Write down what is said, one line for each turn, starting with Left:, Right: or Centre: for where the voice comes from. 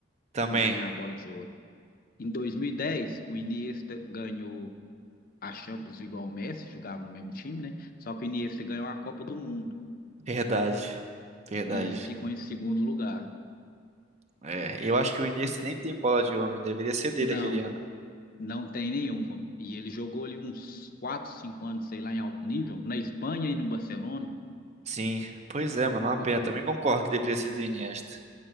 Right: Também,
Left: ganhar a bola de ouro. Em 2010 o Iniesta ganhou a Champions igual o Messi, jogava no mesmo time, né? Só que o Iniesta ganhou a Copa do Mundo
Right: verdade. Verdade.
Left: e ficou em segundo lugar.
Right: É, eu acho que o Iniesta nem tem bola de ouro, né? deveria ser dele
Left: Não,
Right: aquele ano.
Left: não tem nenhuma. E ele jogou ali uns 4, 5 anos, sei lá, em alto nível, na Espanha e no Barcelona.
Right: Sim, pois é, mano, é uma pena.
Left: Eu-
Right: Também concordo que deveria ser do Iniesta.